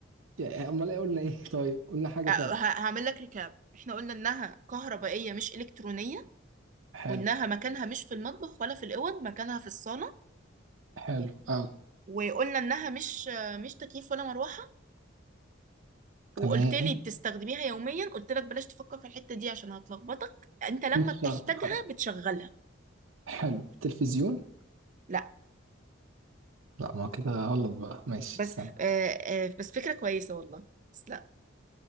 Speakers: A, on the right; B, on the right.
A: يعني أمال إيه قلنا إيه <laughs> طيب قلنا حاجة
B: أه،
A: تانية
B: ه- هعمل لك ريكاب احنا قلنا انها كهربائيه مش الكترونيه
A: حلو
B: وانها مكانها مش في المطبخ ولا في الاوض مكانها في الصاله
A: حلو أوي
B: وقلنا انها مش آه، مش تكييف ولا مروحه وقلت
A: تمام
B: لي بتستخدميها يوميا قلت لك بلاش تفكر في الحته دي عشان هتلخبطك انت لما
A: مش
B: بتحتاجها
A: شرط حلو
B: بتشغلها
A: حلو التلفزيون
B: لا
A: لا ما هو كده غلط بقى ماشي
B: بس
A: استنى
B: آه آه بس فكره كويسه والله بس لا